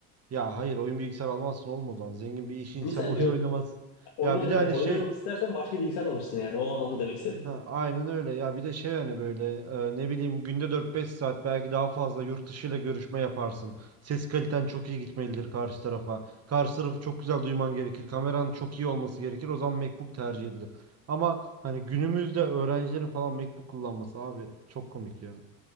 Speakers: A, on the right (about 35°); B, on the left (about 60°).
A: ya hayır oyun bilgisayar almazsın olmaz o zaman. Zengin bir iş insanı
B: Misal
A: <laughs> oyun
B: diyorum.
A: oynamaz.
B: Oyun
A: Ya
B: oyn
A: bir de
B: hayır,
A: hani
B: oyun
A: şey
B: oynamak istersen başka bir bilgisayar da alırsın yani. O anlamda demek istedim.
A: Ha, aynen öyle ya bir de şey hani böyle e, ne bileyim günde dört beş saat belki daha fazla yurt dışıyla görüşme yaparsın. Ses kaliten çok iyi gitmelidir karşı tarafa. Karşı tarafı çok güzel duyman gerekir. Kameran çok iyi olması gerekir. O zaman MacBook tercih edilir. Ama hani günümüzde öğrencilerin falan MacBook kullanması abi çok komik ya.